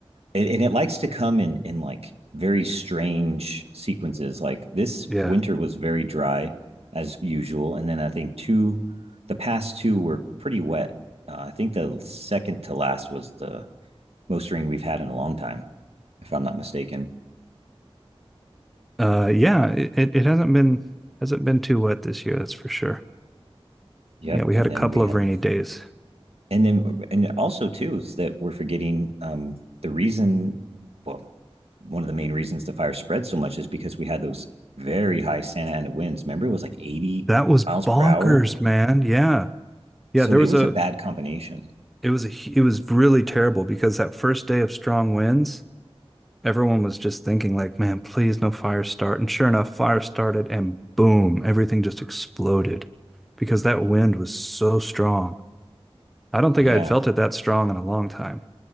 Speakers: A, on the right; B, in the centre.
A: and, and it likes to come in in like very strange sequences. Like this
B: Yeah.
A: winter was very dry as usual, and then I think two, the past two were pretty wet. Uh, I think the second to last was the most rain we've had in a long time, if I'm not mistaken.
B: Uh yeah, it, it it hasn't been hasn't been too wet this year, that's for sure.
A: Yep,
B: Yeah, we
A: and
B: had a
A: then
B: couple
A: we had
B: of rainy
A: that
B: days.
A: and then and also too is that we're forgetting um the reason well one of the main reasons the fire spread so much is because we had those very high santa ana winds remember it was like 80
B: That was
A: miles
B: bonkers,
A: per hour
B: man. Yeah. Yeah,
A: so
B: there
A: it
B: was
A: was
B: a
A: a bad combination
B: it was a hu- it was really terrible because that first day of strong winds, everyone was just thinking like, man, please no fire start. And sure enough, fire started and boom, everything just exploded because that wind was so strong. I don't think
A: yeah
B: I had felt it that strong in a long time.